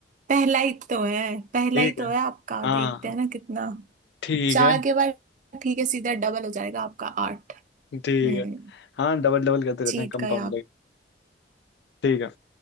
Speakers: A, on the right (about 45°); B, on the left (about 65°).
A: पहला ही तो है पहला
B: ठीक
A: ही तो
B: है
A: है आपका
B: हाँ
A: देखते हैं ना कितना
B: ठीक
A: चार
B: है
A: के बाद ठीक है सीधा डबल हो जाएगा आपका आठ
B: ठीक
A: हम्म
B: है हाँ डबल डबल करते रहते
A: जीत
B: हैं कंपाउंडिंग
A: गए आप
B: ठीक है